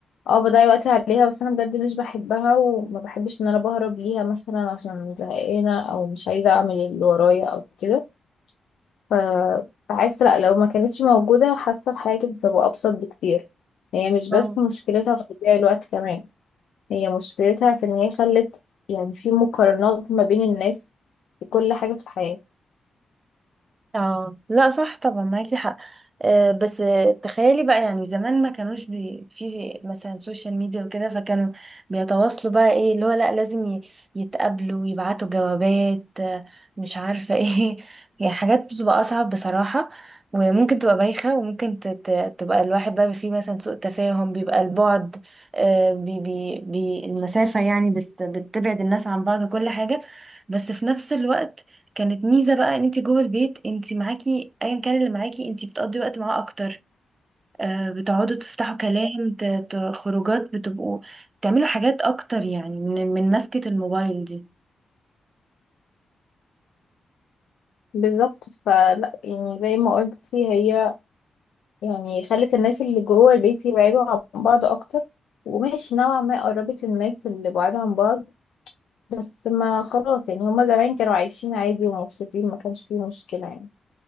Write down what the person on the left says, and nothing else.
اه بضيع وقتي عليها بس انا بجد مش بحبها وما بحبش ان انا بهرب ليها مثلا عشان زهقانه او مش عايزه اعمل اللي ورايا او كده ف بحس لا لو ما كانتش موجوده حاسه الحياه كانت هتبقى ابسط بكتير هي مش بس
مشكلتها في تضييع الوقت كمان هي مشكلتها في ان هي خلت يعني في مقارنات ما بين الناس في كل حاجه في الحياه
بالظبط فلا يعني زي ما قلتي هي يعني خلت الناس اللي جوه البيت يبعدوا عن بعض اكتر وماشي نوعا ما قربت الناس اللي بعاد عن بعض بس ما خلاص يعني هما زمان كانوا عايشين عادي ومبسوطين ما كانش فيه مشكلة يعني